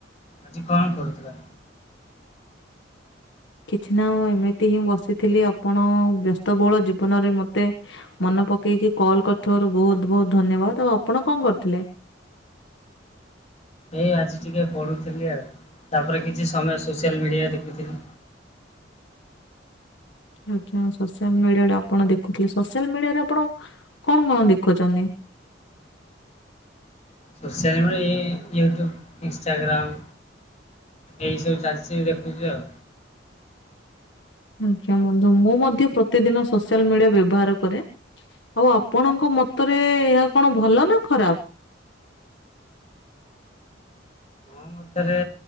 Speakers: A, on the left; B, on the left.
A: ଆଜି କଣ କରୁଥିଲା?
B: କିଛି ନା ଏମିତି ହିଁ ବସିଥିଲି ଆପଣ ବ୍ୟସ୍ତବହୁଳ ଜୀବନରେ ମତେ ମନେ ପକେଇକି କଲ୍ କରିଥିବାରୁ ବହୁତ୍ ବହୁତ୍ ଧନ୍ୟବାଦ ଆଉ ଆପଣ କଣ କରୁଥିଲେ?
A: ଏଇ ଆଜି ଟିକେ ପଢୁଥିଲି ଆଉ ତାପରେ କିଛି ସମୟ ସୋସିଆଲ ମିଡିଆ ଦେଖୁଥିଲି।
B: ଆଜ୍ଞା ସୋସିଆଲ୍ ମିଡିଆରେ ଆପଣ ଦେଖୁଥିଲେ ସୋସିଆଲ୍ ମିଡିଆରେ ଆପଣ କଣ କଣ ଦେଖୁଛନ୍ତି?
A: ସୋସିଆଲ ମିଡ଼ିଆ ଏଇ ୟୁଟ୍ୟୁବ ଇନ୍ସଷ୍ଟାଗ୍ରମ୍। ଏଇ ସବୁ ଚାଲିଛି ଦେଖୁଛୁ ଆଉ।
B: ଆଜ୍ଞା ବନ୍ଧୁ ମୁଁ ମଧ୍ୟ ପ୍ରତିଦିନ ସୋସିଆଲ ମିଡିଆ ବ୍ୟବହାର କରେ। ଆଉ ଆପଣଙ୍କ ମତରେ ଏହା କଣ ଭଲ ନା ଖରାପ?
A: ଅ ମତରେ